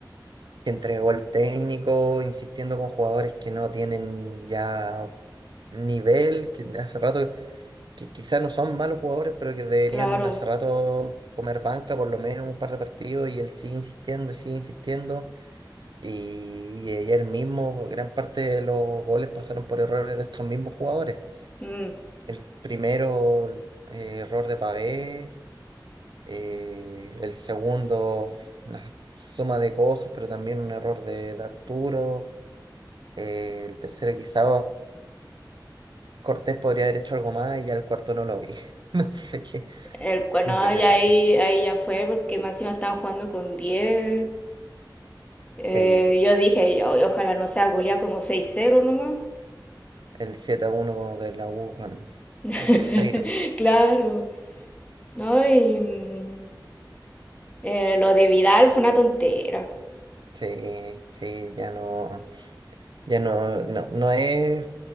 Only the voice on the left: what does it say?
Claro.
mm.
El,
no,
y
ahí,
ahí ya fue porque más encima estaban jugando con 10. Eh,
yo dije, "O- ojalá no sea goleada como 6-0 nomás.
<laughs>
Claro. No, y mm, eh, lo de Vidal fue una tontera.